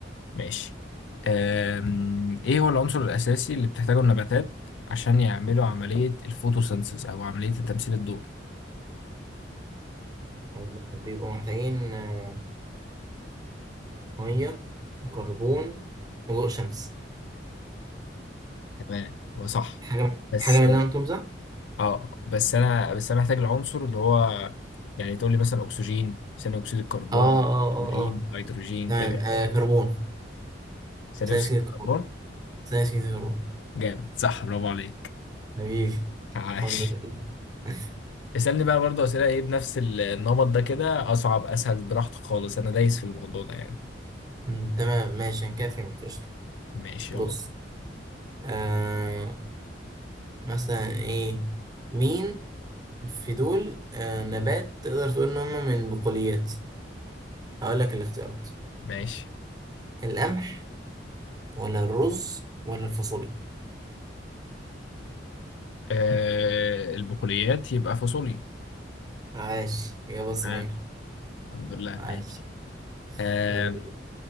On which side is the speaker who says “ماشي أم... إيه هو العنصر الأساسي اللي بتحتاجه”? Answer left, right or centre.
Left